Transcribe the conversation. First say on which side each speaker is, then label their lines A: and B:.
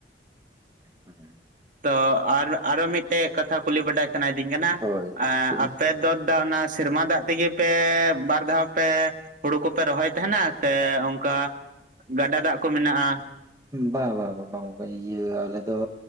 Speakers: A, on the right (about 20°); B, on the right (about 45°).
A: <unintelligible> ᱦᱮᱸ
B: ᱛᱚ ᱟᱨ ᱟᱨᱚ ᱢᱤᱫᱴᱮᱡ ᱠᱟᱛᱷᱟ ᱠᱩᱞᱤ ᱵᱟᱰᱟᱭ ᱥᱟᱱᱟᱭᱤᱫᱤᱧ ᱠᱟᱱᱟ
A: ᱦᱳᱭ ᱞᱟᱹᱭᱵᱤᱱ
B: ᱟᱯᱮ <unintelligible> ᱫᱟ ᱚᱱᱟ ᱥᱮᱨᱢᱟ ᱫᱟᱜ ᱛᱮᱜᱮ ᱯᱮ ᱵᱟᱨ ᱫᱷᱟᱣ ᱯᱮ ᱦᱩᱲᱩ ᱠᱚᱯᱮ ᱨᱚᱦᱚᱭ ᱛᱟᱦᱮᱱᱟ ᱥᱮ ᱚᱱᱠᱟ ᱜᱟᱰᱟ ᱫᱟᱜ ᱠᱚ ᱢᱮᱱᱟᱜᱼᱟ
A: ᱵᱟᱝ ᱵᱟᱝ ᱵᱟᱝ ᱤᱭᱟᱹ ᱟᱞᱮ ᱫᱚ